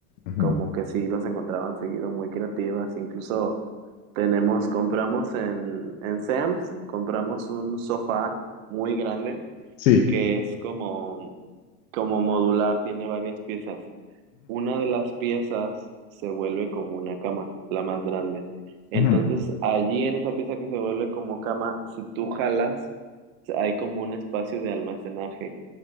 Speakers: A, on the left; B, on the right.
A: Ujú.
B: como que sí los encontraban seguido, muy creativas. Incluso tenemos, compramos en, en Sam's, compramos un sofá muy grande,
A: Sí.
B: que es como, como modular, tiene varias piezas. Una de las piezas se vuelve como una cama, la más grande. Entonces,
A: Ujú.
B: allí en esa pieza que se vuelve como cama, si tú jalas, hay como un espacio de almacenaje.